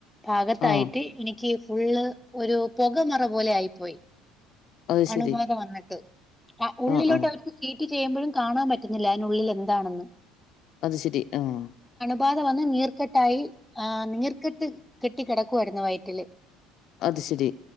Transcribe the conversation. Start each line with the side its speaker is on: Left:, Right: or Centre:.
Centre: ഭാഗത്തായിട്ട്
Left: ആഹ്.
Centre: എനിക്ക് ഫുള്ള് ഒരു പൊഗ മറ പോലെ ആയിപ്പോയി.
Left: അത് ശരി.
Centre: അണുബാധ വന്നിട്ട് ആ ഉള്ളിലോട്ട്
Left: ആഹ് ആഹ്.
Centre: അവർക്ക് സി റ്റി ചെയ്യുമ്പഴും കാണാം പറ്റുന്നില്ല അയ്ന്നുള്ളിലെന്താണെന്ന്.
Left: അത് ശെരി ആഹ്
Centre: ബാധ വന്ന് നീർക്കെട്ടായി അഹ് നീർക്കെട്ട് കെട്ടി കെടക്കുവായിരുന്നു വയ്റ്റില്.
Left: അത് ശരി